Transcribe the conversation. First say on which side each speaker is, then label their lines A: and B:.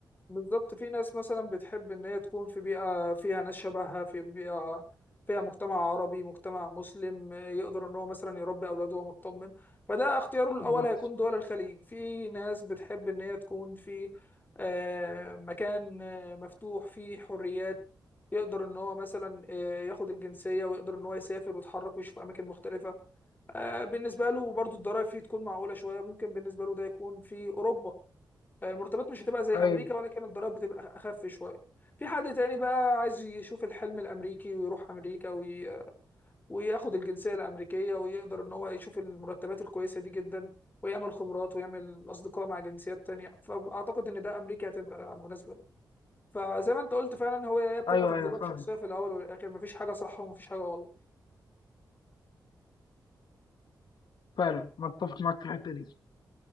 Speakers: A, on the left (about 25°); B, on the left (about 75°).
A: بالظبط في ناس مثلا بتحب ان هي تكون في بيئة فيها ناس شبهها في بيئة فيها مجتمع عربي مجتمع مسلم آه، يقدر ان هو مثلا يربي اولاده وهو مطمن فده اختياره الاول
B: بالظبط
A: هيكون دول الخليج في ناس بتحب ان هي تكون في آه، مكان آه، مفتوح فيه حريات يقدر ان هو مثلا آه، ياخد الجنسية ويقدر ان هو يسافر ويتحرك ويشوف اماكن مختلفة آه، بالنسبة له برضو الضرايب فيه تكون معقولة شوية ممكن بالنسبة له ده يكون في اوروبا المرتبات مش هتبقى زي
B: ايوه
A: امريكا ولكن الضرائب بتبقى اخف شويه في حد تاني بقى عايز يشوف الحلم الامريكي ويروح امريكا وي... وياخد الجنسيه الامريكيه ويقدر ان هو يشوف المرتبات الكويسه دي جدا ويعمل خبرات ويعمل اصدقاء مع جنسيات تانية فاعتقد ان ده امريكا هتبقى مناسبه ليه فزي ما انت قلت فعلا هو هي بتبقى
B: ايوه
A: تفضيلات
B: ايوه فعلا
A: شخصيه في الاول والاخر مفيش حاجه صح ومفيش حاجه غلط
B: فعلا متفق معاك في الحته دي